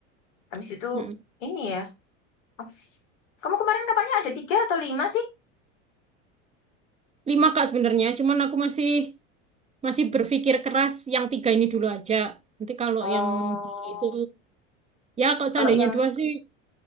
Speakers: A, on the left; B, on the right.
A: Habis itu
B: Mm.
A: ini ya, apa sih? Kamu kemarin kabarnya ada tiga atau lima sih?
B: Lima, Kak, sebenarnya. Cuman aku masih masih berpikir keras yang tiga ini dulu aja. Nanti kalau
A: Oh,
B: yang itu... Ya, kalau
A: kalau
B: seandainya
A: yang
B: dua sih,